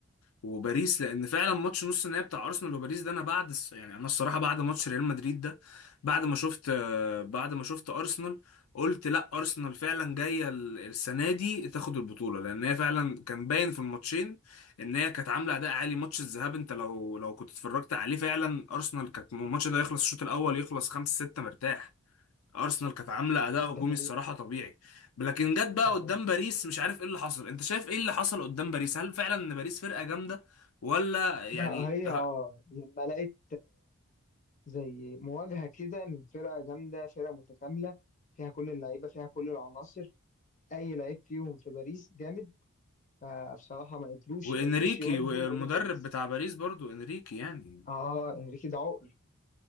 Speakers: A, on the left (about 80°); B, on the left (about 35°).
A: وباريس لأن فعلا ماتش نص النهائي بتاع أرسنال وباريس ده أنا بعد الس- يعني أنا الصراحة بعد ماتش ريال مدريد ده بعد ما شفت بعد ما شفت أرسنال قلت لا أرسنال فعلا جاية السنة دي تاخد البطولة لأن هي فعلا كان باين في الماتشين ان هي كانت عامله اداء عالي ماتش الذهاب انت لو لو كنت اتفرجت عليه فعلا ارسنال كانت الماتش ده يخلص الشوط الاول
B: شفت
A: يخلص 5 6 مرتاح ارسنال كانت عامله اداء
B: ده
A: هجومي
B: حقيقي
A: الصراحه طبيعي لكن جت بقى
B: ده
A: قدام
B: حقيقي
A: باريس مش عارف ايه اللي حصل انت شايف ايه اللي حصل قدام باريس هل فعلا ان باريس فرقه جامده ولا يعني
B: لا هي
A: ه-
B: اه لما لقيت زي مواجهة كده من فرقة جامدة فرقة متكاملة فيها كل اللعيبة فيها كل العناصر أي لعيب فيهم في باريس جامد فبصراحة ما قدروش
A: وانريكي
B: ما قدروش يواجبوا
A: والمدرب
B: لعيبة باريس
A: بتاع باريس برضو انريكي يعني
B: آه إنريكي ده عقر